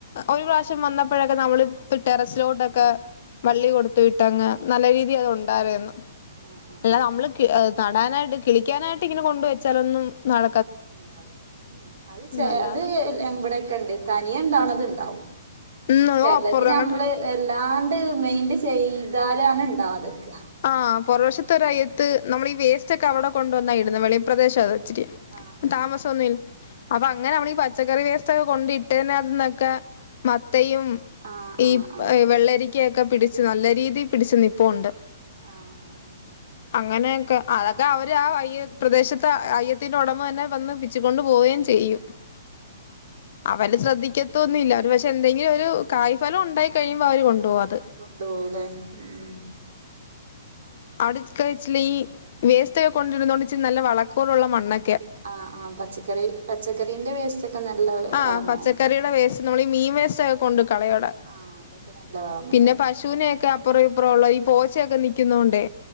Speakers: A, on the left; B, on the right.
A: ഒരു
B: ആ
A: പ്രാവശ്യം വന്നപ്പഴൊക്കെ നമ്മളി ത് ടെറസിലോട്ടൊക്കെ വള്ളി
B: ആ ആ ആ
A: കൊടുത്ത് വി ട്ടങ്ങ് നല്ല രീതി അത് ഉണ്ടാവേന്നു.
B: ആ ആ ആ
A: അല്ലാതെമ്മള്
B: ആ
A: കെ എ തടാനായിട്ട് കിളിക്കാനായിട്ട് ഇങ്ങനെ കൊണ്ട് വെച്ചാലൊന്നും നട
B: ഉം ഉണ്ടാവലേ ഊംഉം അത് ചെ
A: അല്ലാതെ
B: അത് ഇവിടെക്കെണ്ട് തനിയെ ണ്ടാണത് ണ്ടാവും.
A: ഉം
B: ചെലത്
A: അപ്പുറം അങ്ങട്ട്
B: ഞമ്മള് എല്ലാണ്ട് മെയിന്റ് ചെയ്താലാണ് ഇണ്ടാവാതെക്ക.
A: ആഹ് പൊറവശത്തൊരയ്യത്ത് നമ്മളീ വേസ്റ്റൊക്കെ അവിടെ കൊണ്ടുവന്നാ ഇടുന്നെ. വെളി പ്രെദേശാ അതിച്ചിരി.
B: ആ ആ
A: താമസം
B: ആ
A: ഒന്നു ഇല്ല. അപ്പൊ അങ്ങനെ നമ്മളീ പ ച്ചക്കറി വേസ്റ്റൊക്കെ കൊണ്ടിട്ടെന്റ ത്ത്ന്നൊക്കെ മത്തയും
B: ആ ആ
A: ഈ
B: ആ
A: വെള്ളരി ക്കെ ഒക്കെ പിട്ച്ച് നല്ല രീതി പിടിച്ച് നിപ്പുണ്ട്.
B: ആഹ് ആഹ്
A: അങ്ങനെയൊക്കെ അതൊക്കെ അവര് ആ അയ്യ പ്രദേശത്ത് അയ്യത്തിന്റെ ഉടമ തന്നെ വന്ന് പി ച്ച് കൊണ്ട് പോവേം ചെയ്യും. അവല് ശ്രദ്ധിക്ക ത്തൊ ഒന്നു ഇല്ല. ഒരുപക്ഷെ എന്തങ്കിലും ഒരു കായ്ഫലം ഉണ്ടായി കയിയുമ്പോ അവര് കൊണ്ടോവത്.
B: കൊണ്ട് പോവുലേ ഉം ഉം.
A: അവ്ട ക ഇച്ളീ വേസ്റ്റൊക്കെ കൊണ്ടിരുന്നോണ്ട് ച്ച് നല്ല വളക്കൂറുള്ള മണ്ണൊ
B: ആഹ് ആഹ് പച്ചക്കറി പച്ചക്കറീന്റെ വേസ്റ്റ് ഒക്കെ നല്ല
A: ആഹ്
B: വളന്നേ.
A: പച്ചക്കറിയുടെ
B: ഉം
A: വേസ്റ്റ് നമ്മളീ മീൻ വേസ്റ്റ്റ്റൊക്കെ കൊണ്ട് കളയോടെ.
B: ആഹ് അതൊക്കെ നല്ല വളമല്ലതാ
A: പിന്നെ പശുവിനെയൊക്കെ പ്പുറ ഇപ്പുറ ഉള്ള ഈ പോച്ചയൊക്കെ നിക്കുന്നോണ്ടേ.